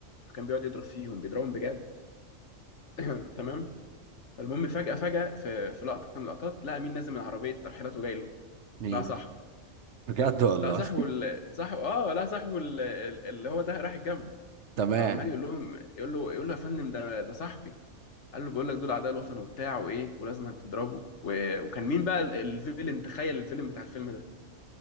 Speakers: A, on the left; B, on the right.
A: فكان بيقعد يضرب فيهم بيضربهم بجد <clears throat> تمام فالمهم فجأة فجأة في في لقطة من اللقطات لقى مين نازل من عربية ترحيلات وجاي له
B: مين
A: لقى صاحبه
B: بجد والله
A: لقى صاحبه ال... صاحبه اه لقى صاحبه ال... ال- اللي هو ده رايح الجامعة
B: <laughs> تمام
A: فعمال يقول لهم يقول له يقول له يا فندم ده ده صاحبي قال له بقول لك دول أعداء الوطن وبتاع وإيه ولازم تضربه و... وكان مين بقى ال- الفيلم تخيل الفيلم بتاع الفيلم ده